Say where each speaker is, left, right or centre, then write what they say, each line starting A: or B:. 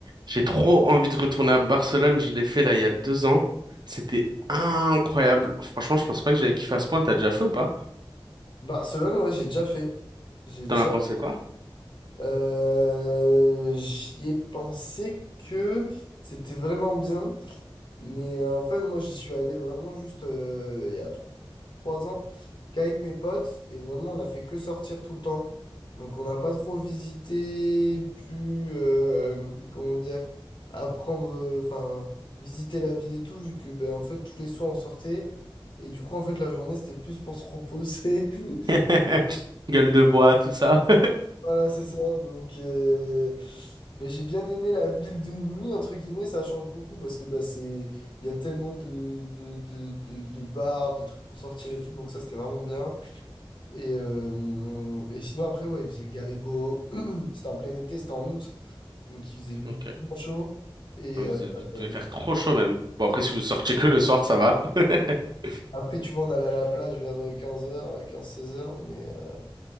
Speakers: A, on the right (about 55°); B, on the left (about 60°).
A: J'ai trop envie de retourner à Barcelone. Je l'ai fait là il y a deux ans. C'était incroyable. Franchement, je pensais pas que j'allais kiffer à ce point. T'as déjà fait ou pas?
B: Barcelone, ouais, j'ai déjà fait. J'ai déjà.
A: T'en as pensé quoi?
B: Euh, j'y ai pensé que c'était vraiment bien, mais euh, en fait, moi, j'y suis allé vraiment juste euh, il y a tro- trois ans qu'avec mes potes, et vraiment, on a fait que sortir tout le temps. Donc, on n'a pas trop visité, pu, euh, comment dire, apprendre, euh, enfin, visiter la ville et tout, vu que, ben, en fait, tous les soirs, on sortait. Et du coup, en fait, la journée, c'était plus pour se reposer <laughs>
A: <laughs> Gueule de bois, tout ça. <laughs>
B: Voilà, c'est ça. Donc, euh, ben, j'ai bien aimé la ville de nuit, entre guillemets, ça change beaucoup parce que bah, c'est, il y a tellement de, de, de, de, de bars, de trucs pour sortir et tout, donc ça, c'était vraiment bien. Et, euh, et sinon, après, ouais, il faisait gavé beau. <clears throat> C'était en plein été, c'était en août, donc il faisait bi-
A: Ok.
B: bien chaud. Et
A: Ah, mais
B: euh,
A: Vous vous devez
B: euh,
A: faire trop chaud même. Bon après si vous sortiez que le soir, ça va. <laughs>
B: après, tu vois, on allait à la plage vers euh, quinze heures euh, quinze seize heures mais, euh,